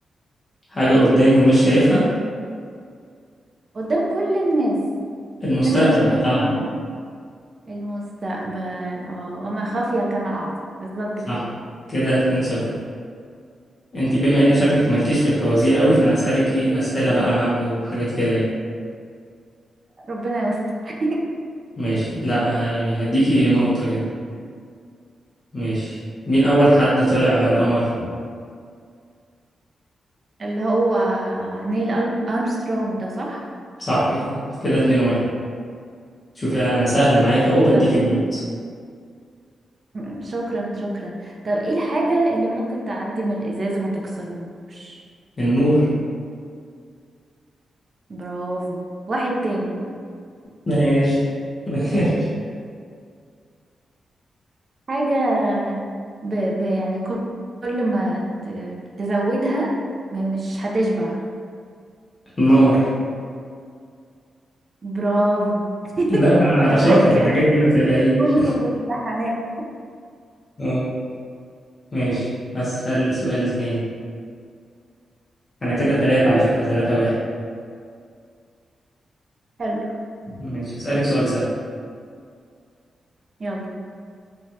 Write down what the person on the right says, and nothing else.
قدام كل الناس
قدام البشريه
كلها المستقبل اه وما خفي كان اعظم بالظبط
كده
ربنا يستر
اللي هو نيل أرم- أرمسترونج ده صح
طيب
م- شكرا شكرا طب ايه الحاجة اللي ممكن تعدي من الإزاز وما تكسروش
برافو واحد تاني
حاجة ب... ب... يعني كل كل ما ت... تزودها ب... مش هتشبع
برافو
انت
معاك
<laughs> قوة الامتحانات
مم.
حلو
يلا